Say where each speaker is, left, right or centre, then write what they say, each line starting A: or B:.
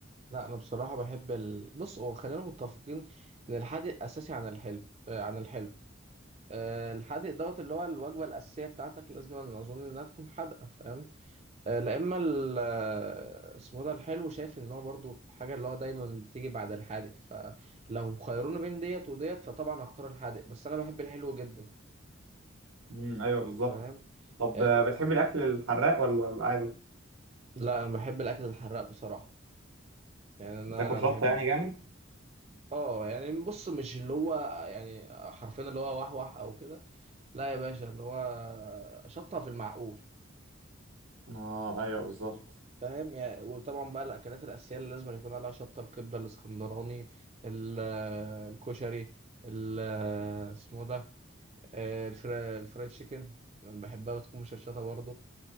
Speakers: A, on the right (about 30°); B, on the right (about 85°).
A: لا انا بصراحه بحب ال... بص هو خلينا متفقين ان الحادق اساسي عن الحلو أه عن الحلو أه الحادق دوت اللي هو الوجبه الاساسيه بتاعتك لازم أنا اظن انها تكون حادقه فاهم أه لا اما ال- آه، اسمه ده الحلو شايف ان هو برضه حاجه اللي هو دايما بتيجي بعد الحادق فلو خيروني بين ديت وديت فطبعا هختار الحادق بس انا بحب الحلو جدا
B: امم ايوه بالظبط
A: فاهم
B: طب
A: أه
B: آه، بتحب الاكل الحراق ولا العادي
A: لا انا بحب الاكل الحراق بصراحه يعني انا
B: بتاكل شطه
A: بحب
B: يعني جامد
A: اه يعني بص مش اللي هو يعني حرفيا اللي هو وحوح او كده لا يا باشا اللي هو شطها في المعقول
B: اه ايوه بالظبط
A: فاهم يعني وطبعا بقى الاكلات الاساسيه اللي لازم يكون عليها شطه الكبده الاسكندراني ال- الكشري ال- اسمه ده آه، الفرا- الفرايد تشيكن انا بحبها بتكون مشطشطه برضه